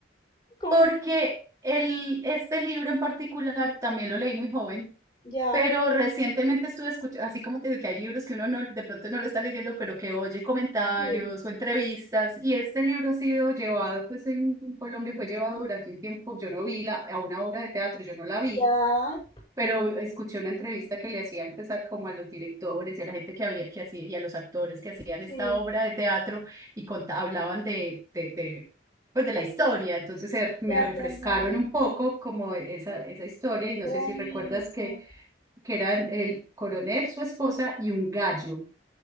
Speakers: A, on the left; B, on the right.
A: Comen-
B: Porque el, este libro en particular también lo leí muy joven,
A: Ya,
B: pero recientemente estuve escuchando, así como te digo que hay libros que uno no, de pronto no lo está leyendo, pero que oye comentarios
A: sí.
B: o entrevistas, y este libro ha sido llevado, pues en Colombia fue llevado durante un tiempo, yo no vi la, a una obra de teatro, yo no la vi,
A: Ya,
B: pero escuché una entrevista que le hacían pues, a- como a los directores y a la gente que había que hacía y a los actores que hacían esta
A: sí.
B: obra de teatro y conta- hablaban de, de, de, pues, de la historia. Entonces se- me
A: Ya,
B: refrescaron
A: ya, ya, ya.
B: un poco como esa, esa historia y no
A: Qué bonito.
B: sé si recuerdas que, que eran el coronel, su esposa y un gallo